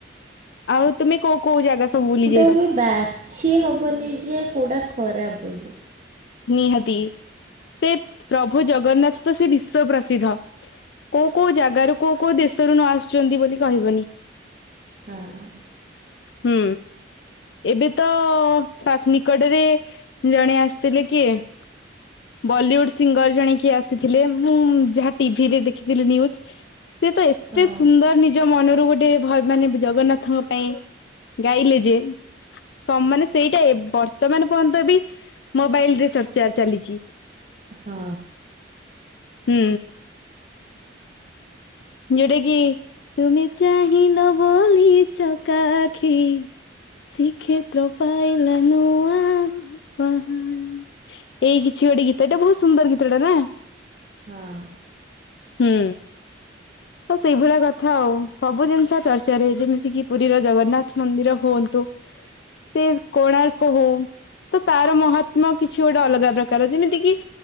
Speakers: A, on the left (about 60°); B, on the right (about 35°).
A: ଆଉ ତମେ କୋଉ କୋଉ ଜାଗା ସବୁ ବୁଲି ଯାଇଛ?
B: ଏବେ ବାଛି ହବନି ଯେ କଉଟା ଖରାପ୍ ବୋଲି।
A: ନିହାତି ସେ ପ୍ରଭୁ ଜଗନ୍ନାଥ ତ ସେ ବିଶ୍ଵପ୍ରସିଦ୍ଧ। କୋଉ କୋଉ ଜାଗାରୁ କୋଉ କୋଉ ଦେଶରୁ ନ ଆସୁଛନ୍ତି ବୋଲି କହିବନି।
B: ହଁ ହଁ।
A: ହୁଁ। ଏବେ ତ ପାଥ ନିକଟରେ ଜଣେ ଆସିଥିଲେ କିଏ? ବଲିଉଡ୍ ସିଙ୍ଗର ଜଣେକିଏ ଆସିଥିଲେ ମୁଁ ଯାହା ଟିଭିରେ ଦେଖିଥିଲି ନ୍ୟୁଜ। ସେ ତ ଏତେ
B: ହଁ
A: ସୁନ୍ଦର ନିଜ ମନରୁ ଗୋଟେ ଭଜ ମାନେ ଜଗନ୍ନାଥଙ୍କ ପାଇଁ ଗାଇଲେ ଯେ ସମ ମାନେ ସେଇଟା ବର୍ତ୍ତମାନ ପର୍ଯ୍ୟନ୍ତ ବି ମୋବାଇଲ ରେ ଚର୍ଚ୍ଚା ଚାଲିଛି।
B: ହଁ।
A: ହୁଁ। ଯୋଉଟା କି ତୁମେ ଚାହିଁଲ ବୋଲି ଚକା ଆଖୀ ଶ୍ରୀକ୍ଷେତ୍ର ପାଇଲା ନୁଆଁ ଉପହାର। ଏଇ କିଛି ଗୋଟେ ଗୀତଟା ବହୁତ ସୁନ୍ଦର ଗୀତଟା ନାଁ?
B: ହଁ।
A: ହୁଁ। ତ ସେଇଭଳିଆ କଥା ଆଉ ସବୁ ଜିନିଷ ଚର୍ଚ୍ଚାରେ ଯେମିତି କିି ପୁରୀର ଜଗନ୍ନାଥ ମନ୍ଦିର ହୁଅନ୍ତୁ ସେ କୋଣାର୍କ ହଉ। ତ ତାର ମହାତ୍ମ କିଛି ଗୋଟେ ଅଲଗା ପ୍ରକାର ଯେମିତି କି